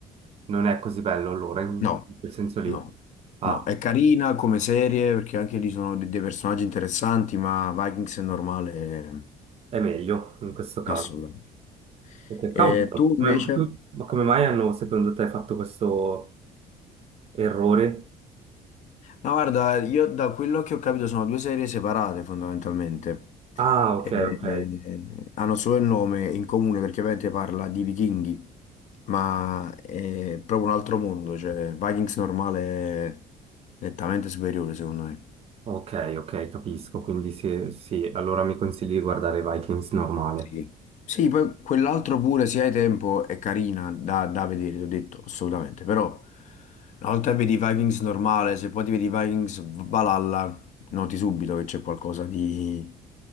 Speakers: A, on the right; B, on the left.
A: non è così bello allora, in,
B: No,
A: in quel senso lì.
B: no,
A: Ah,
B: no, è carina come serie perché anche lì sono de- dei personaggi interessanti, ma Vikings è normale,
A: è meglio in questo caso.
B: eh, assolutamente.
A: Ok,
B: E
A: cavolo,
B: tu
A: come-
B: invece?
A: ma come mai hanno secondo te fatto questo errore?
B: No, guarda, io da quello che ho capito sono due serie separate fondamentalmente.
A: Ah,
B: Eh,
A: ok, ok.
B: eh, hanno solo il nome in comune perché ovviamente parla di vichinghi, ma è proprio un altro mondo, cioè Vikings normale è nettamente superiore secondo me.
A: Ok, ok, capisco. Quindi sì, sì, allora mi consigli di guardare Vikings normale.
B: Sì. Sì, poi quell'altro pure, se hai tempo, è carina da, da vedere, ti ho detto, assolutamente. Però, una volta che vedi i Vikings normale, se poi ti vedi i Vikings Valhalla, noti subito che c'è qualcosa di,